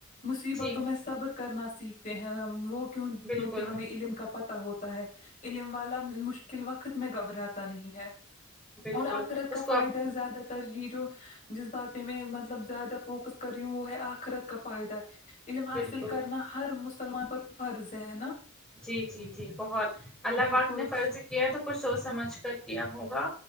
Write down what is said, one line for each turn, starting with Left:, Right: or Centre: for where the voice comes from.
Left: مصیبتوں
Centre: جی
Left: میں صبر کرنا سیکھتے ہیں ہم وہ کیونکہ
Centre: بالکل
Left: ہمیں علم کا پتا ہوتا ہے علم والا مشکل وقت میں گھبراتا نہیں ہے
Centre: بالکل
Left: اور آخرت
Centre: اس
Left: کا
Centre: کو
Left: فائدہ
Centre: آپ
Left: زیادہ تر یہ جو جس بات پہ میں مطلب زیادہ فوکس کر رہی ہوں وہ ہے آخرت کا فائدہ علم حاصل
Centre: بالکل
Left: کرنا ہر مسلمان پر فرض ہے نا
Centre: جی جی جی بہت اللہ
Left: بالکل
Centre: پاک نے فرض کیا تو کچھ سوچ سمجھ کر کیا ہوگا